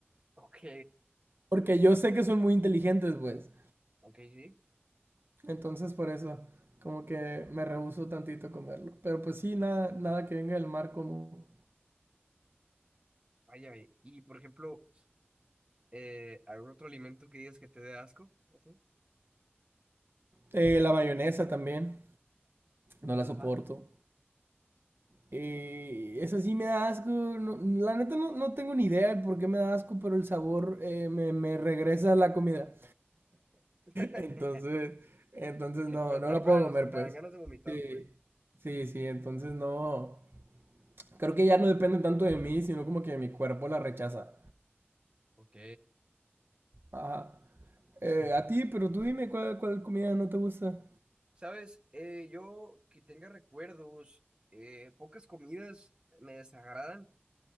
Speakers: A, on the right; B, on the right.
A: Ok,
B: Porque yo sé que son muy inteligentes, pues.
A: ok, sí.
B: Entonces por eso, como que me rehúso tantito a comerlo. Pero pues sí, nada, nada que venga del mar como...
A: Vaya, y, y, por ejemplo, eh, ¿algún otro alimento que digas que te dé asco? No sé.
B: Eh, la mayonesa también, no la
A: Ajá.
B: soporto. Eh, esa sí me da asco. no- la neta no, no tengo ni idea de por qué me da asco, pero el sabor eh, me, me regresa a la comida.
A: <laughs>
B: Entonces, entonces no,
A: Pero
B: no
A: tal
B: la
A: cual,
B: puedo comer,
A: o sea, te
B: pues.
A: dan ganas de vomitar,
B: Sí,
A: pues.
B: sí, sí, entonces no. Creo que ya no depende tanto de mí, sino como que mi cuerpo la rechaza.
A: Ok.
B: Ajá. Eh, a ti, pero tú dime cuál, cuál comida no te gusta.
A: Sabes, Eh, yo que tenga recuerdos, eh, pocas comidas me desagradan,